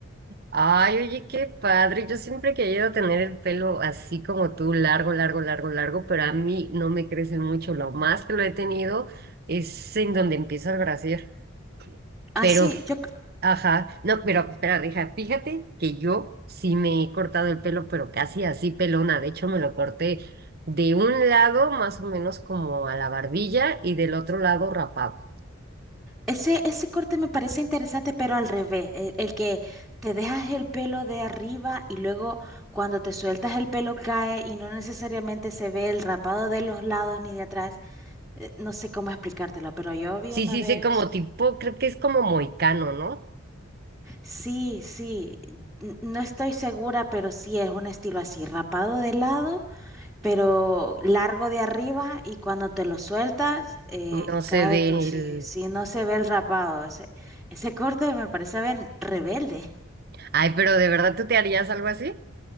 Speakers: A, on the right; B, in the centre.
A: Ay, oye, qué padre. Yo siempre he querido tener el pelo así como tú, largo, largo, largo, largo, pero a mí no me crece mucho. Lo más que lo he tenido es en donde empieza el brasier.
B: <laughs> Así,
A: Pero,
B: yo
A: ajá, no, pero espera, deja, fíjate que yo sí me he cortado el pelo, pero casi así pelona. De hecho, me lo corté de un lado más o menos como a la barbilla y del otro lado rapado.
B: Ese, ese corte me parece interesante, pero al revés, el, el que te dejas el pelo de arriba y luego cuando te sueltas el pelo cae y no necesariamente se ve el rapado de los lados ni de atrás. Eh, No sé cómo explicártelo, pero yo vi
A: Sí,
B: una
A: sí,
B: vez.
A: sí, como tipo, creo que es como moicano, ¿no?
B: Sí, sí, n- no estoy segura, pero sí es un estilo así, rapado de lado pero largo de arriba y cuando te lo sueltas, eh,
A: No se
B: cae
A: ve
B: tú.
A: el...
B: Si, si no se ve el rapado, ese, ese corte me parece bien rebelde.
A: Ay, pero ¿de verdad tú te harías algo así?